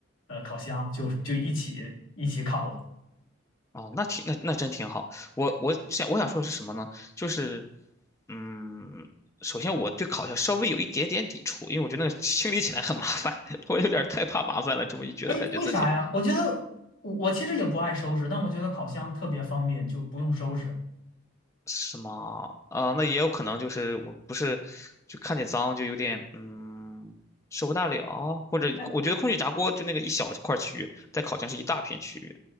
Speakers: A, on the left; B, on the left.
A: 呃烤箱，就就一起一起烤了。
B: 哦，那挺那那真挺好。我我想我想说的是什么呢？就是嗯，首先我对烤鸭稍微有一点点抵触，因为我觉得那个清理起来很麻烦，<laughs> 我有点儿太怕麻烦了。这么一觉得，
A: 哎，
B: 感觉自己。
A: 为啥呀？我觉得我我其实也不爱收拾，但我觉得烤箱特别方便，就不用收拾。
B: 是吗？啊、那也有可能就是我不是就看见脏就有点嗯受不大了，或者我觉得空气炸锅就那个一小块区域，
A: 哎，
B: 在烤箱是一大片区域，